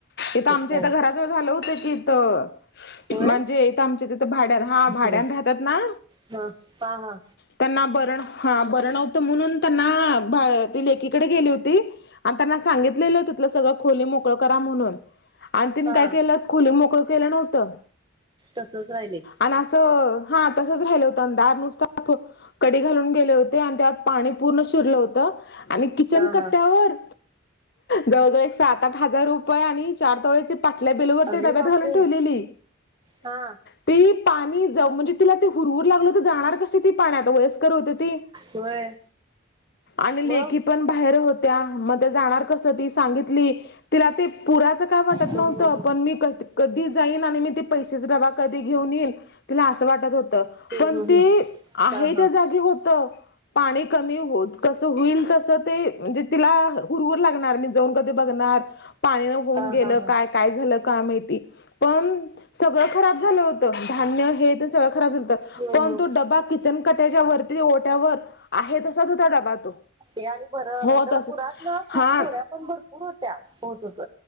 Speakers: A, on the left; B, on the right.
A: इथ आमच्या
B: काय
A: इथ घराजवळ झालं होतं की इथ.
B: होय
A: म्हणजे इथ आमच्या तिथं भाड्या, हा भाड्यान
B: सर
A: राहतात ना.
B: हा हा हा
A: त्यांना, बर. हा बरणवतं म्हणून त्यांना ती लेकीकडे गेली होती. आण त्यांना सांगितलेलं होत त्या सगळं खोली मोकळ करा म्हणून. आण तिने
B: हा
A: काय केलं. खोली मोकळ केलं नव्हतं.
B: तसच राहिले.
A: आण असं. हा तसंच राहिलं होतं. दार नुसत कडी घालून गेले होते. आण त्यात पाणी पूर्ण शिरलं होतं. आणि किचन
B: हा
A: कट्ट्यावर.
B: हा
A: जवळजवळ एक सात आठ हजार रुपये आणि चार तोळ्याची पाटल्या. बिलूवर
B: अरे
A: ते डब्यात
B: बापरे
A: घालून ठेवलेली.
B: हा
A: तीही पाणी जाउ म्हणजे तिला ते हुरवर लागली होती. जाणार कशी ती पाण्यात. वयस्कर होते ती.
B: होय.
A: आणि लेकी
B: मग
A: पण बाहेर होत्या. मग ते जाणार कस ती सांगितली. तिला ते पुराचं काय वाटत
B: हो
A: नव्हतं.
B: हो हो
A: पण मी क कधी जाईन आणि मी ते पैसेच डबा कधी घेऊन येईन. तिला असं वाटत होतं.
B: हो
A: पण
B: हो
A: ते.
B: हो
A: आहे
B: हा
A: त्या
B: हा
A: जागी होत. पाणी कमी होत. कस होईल तस. ते म्हणजे तिला हुरहुर लागणार. जाऊन कधी बघणार. पाण्यान होऊन
B: हा
A: गेलं
B: हा हा
A: काय? काय झालं काय माहिती. पण, सगळं खराब झालं होतं. धान्य हे ते सगळं खराब झालंत.
B: हम्म
A: पण तो डबा. किचन कट्याच्या वरती ओठ्यावर. आहे तसाच होता डबा तो.
B: ते आणि बरं
A: हो
B: नाही तर
A: तसच.
B: पुरात ना खूप
A: हा.
B: चोऱ्या पण भरपूर होत्या होत होत